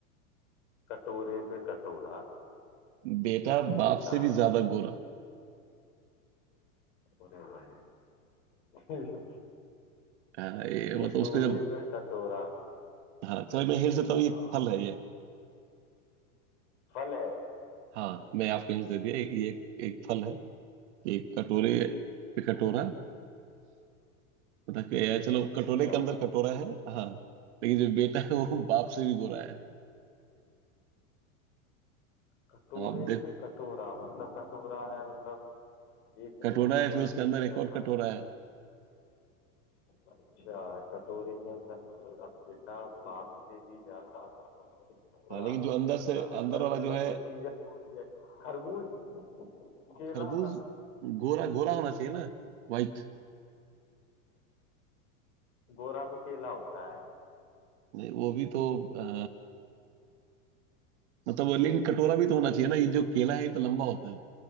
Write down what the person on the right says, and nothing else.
बेटा
बाप से भी ज्यादा गोरा
हाँ ये मतलब
उसको जब
हाँ चलो मैं हिंट देता हूँ
ये एक फल है ये
हाँ मैं आपको हिंट दे दिया ये ये एक, एक फल है एक कटोरे पे कटोरा मतलब कि ये चलो
कटोरे के अंदर कटोरा है हाँ लेकिन जो बेटा है वो बाप से भी गोरा है
अब आप देख
कटोरा
है फिर
उसके अंदर एक
और कटोरा
है
हाँ लेकिन
जो अंदर से
अंदर वाला
जो है
खरबूज गोरा गोरा होना चाहिए ना वाइट
वो भी तो आ, मतलब वो लेकिन कटोरा भी तो होना चाहिए ना ये जो केला है ये तो लंबा होता है